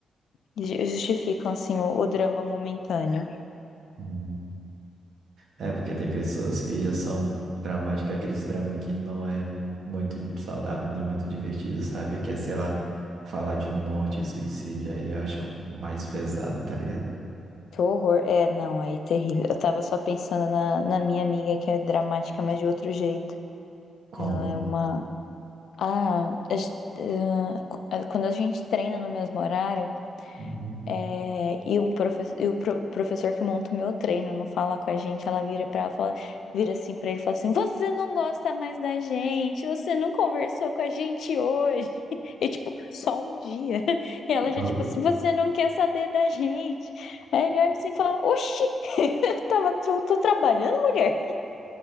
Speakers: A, on the left; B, on the right.
A: Ju- Justificam, assim, o, o drama momentâneo.
B: Hum. É, porque tem pessoas que já são dramáticas, aquele drama que não é muito saudável, não é muito divertido, sabe? Que é, sei lá, falar de morte e suicídio, aí eu acho mais pesado, tá ligado?
A: Que horror. É, não, aí é terrível. Eu tava só pensando na, na minha amiga, que é dramática, mas de outro jeito.
B: Como?
A: Ela é uma. Ah, a gen- ah, qu- ah, quando a gente treina no mesmo horário.
B: Uhum.
A: É, e, um professor, e o pro- professor que monta o meu treino não fala com a gente, ela vira para ela, fala, vira assim para ele e fala assim: Você não gosta mais da gente, você não conversou com a gente hoje. <laughs> E tipo, só um dia. <laughs> E ela já,
B: <laughs>
A: tipo assim, você não quer saber da gente. Aí ele olha assim e fala: Oxi, <laughs> eu tava, tô, tô trabalhando, mulher.